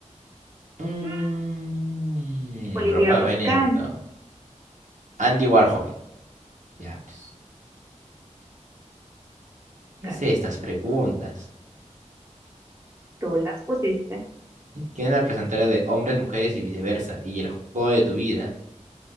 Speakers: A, on the right; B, on the right.
A: Mm,
B: Mm, Oliviero
A: ropa
B: Toscani.
A: Benetton. Andy Warhol. Ya. pues. ¿Qué
B: Cana,
A: es estas preguntas?
B: Tú las pusiste.
A: ¿Quién es la presentadora de Hombres, Mujeres y Viceversa? Y El Juego de tu Vida.